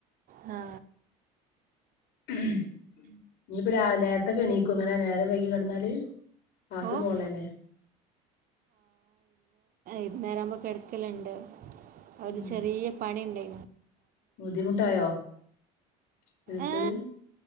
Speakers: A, on the right; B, on the left.
A: ആ
B: ഇഞ്ഞിപ്പൊ രാ നേരത്തെക്കെ എണിക്കോ ങ്ങനെ നിറം വൈകി കെടന്നാല് ക്ലാസ്
A: ഓ
B: പോവാള്ളല്ലേ
A: ഇന്നേരാമ്പോ കെടക്കലുണ്ട് ഒരു
B: ഉം
A: ചെറീയ പണിണ്ടേ
B: ബുദ്ധിമുട്ടായോ വിളിച്ചത്
A: ഏ